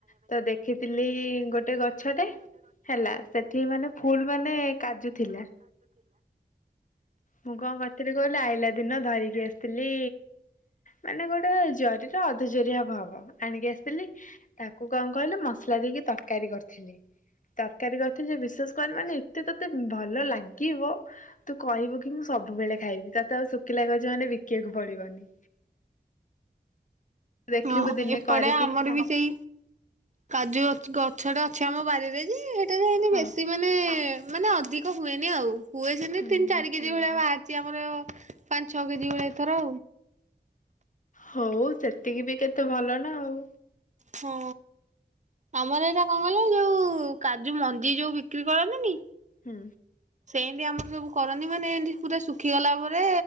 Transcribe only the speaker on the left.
ତ ଦେଖିଥିଲି ଗୋଟେ ଗଛଟେ ହେଲା ସେଠି ମାନେ ଫୁଲ୍ ମାନେ କାଜୁ ଥିଲା ମୁଁ କଣ କରିଥିଲି କହିଲୁ ଆଇଲା ଦିନ ଧରିକି ଆସିଥିଲି। ଲି ମାନେ ଗୋଟେ ଜରିରେ ଅଧ ଜରିଏ ହବ ହବ ଆଣିକି ଆସିଥିଲି ତାକୁ କଣ କହିଲୁ ମସଲା ଦେଇକି ତରକାରୀ କରିଥିଲି ତରକାରୀ କରିଥିଲି ବିଶେଷ କରି ମାନେ ଏତେ ତ ତତେ ଭଲ ଲାଗିବ ତୁ କହିବୁ କି ମୁଁ ସବୁବେଳେ ଖାଇବି ତତେ ଆଉ ଶୁଖିଲା ଗଜ ମାନେ ବିକିବାକୁ ପଡିବନି। ଦେଖିବୁ
ଦିନେ
କରିକି
ଖା
ହଁ
ହୁଁ
ହୁଁ।
ହଉ ସେତିକି ବି କେତେ ଭଲ। ନା ଆଉ
ହୁଁ।